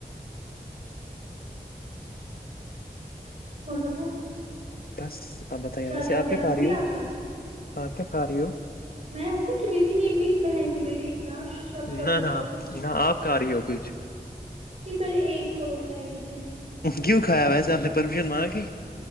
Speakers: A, on the right; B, on the left.
A: اور بتاؤ
B: بس آپ بتائیے
A: شادی
B: ویسے
A: وغیرہ
B: آپ کیا کھا
A: ہوئی
B: رہی ہو
A: آپ کی
B: آپ کیا کھا رہی ہو
A: میں کچھ بھی نہیں ہے میری بہن کی بیٹی اتنا شب شب
B: نہ
A: کر
B: نہ
A: رہی ہے
B: نہ آپ کھا رہی ہو کچھ
A: یے میں نے ایک پھول اٹھایا نیچے سے
B: کیوں کھایا ویسے آپ نے پرفیوم مار کے